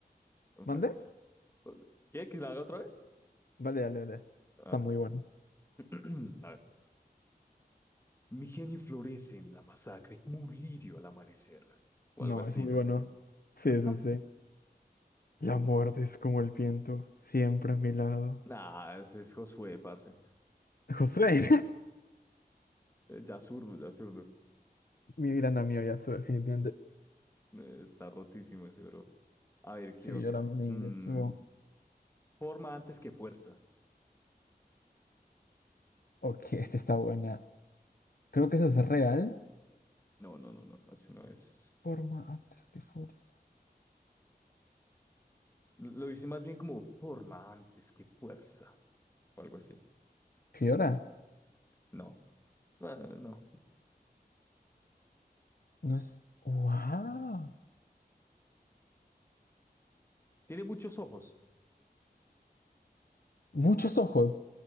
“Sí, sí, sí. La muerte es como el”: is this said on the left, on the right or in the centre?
Left